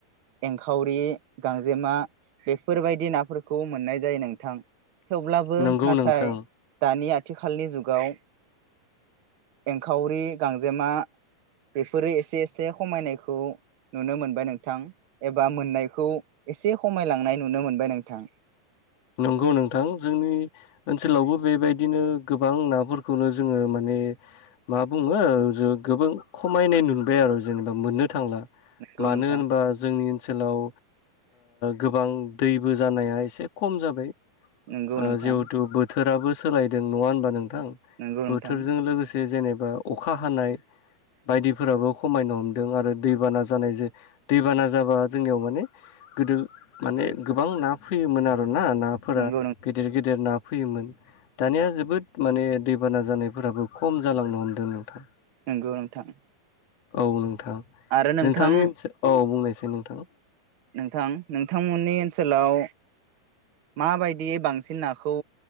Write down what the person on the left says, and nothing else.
नंगौ
नोंथां
नंगौ नोंथां जोंनि ओनसोलावबो बेबायदिनो गोबां नाफोरखौनो जोङो माने मा बुङो ज गोबां खमायनाय नुबाय आरो जेनेबा मोननो थांला
मानो
होनबा जोंनि ओनसोलाव गोबां दैबो जानाया एसे खम जाबाय
जिहेथु बोथोर फोराबो सोलायदों नङा होनबा नोंथां
बोथोरजों लोगोसे जेनेबा बा अखा हानाय बायदिफोराबो खमायनो हमदों आरो दैबाना जानाय जों दैबाना जाबा जोंनियाव माने गोदो माने गोबां ना फैयोमोन आरो ना नाफोरा
गिदिर गिदिर ना फैयोमोन दानिया जोबोद माने दैबाना जानायफोराबो खम जालांनो हमदों नोंथां
औ औ नोंथां
नोंथांनि ओनसोल बुंनायसै नोंथां